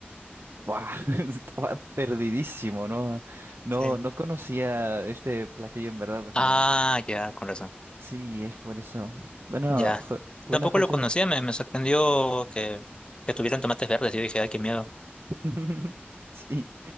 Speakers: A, on the right; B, on the left.
A: Buah, <laughs> estaba perdidísimo, ¿no? No,
B: Sí.
A: no conocía este platillo en verdad, porque
B: Ah, ya, con razón.
A: sí, es por eso. Bueno,
B: Ya.
A: Jo- bueno,
B: Tampoco
A: José.
B: lo conocía, me, me sorprendió que, que tuvieran tomates verdes. Yo dije, ay, qué miedo.
A: <laughs> Sí.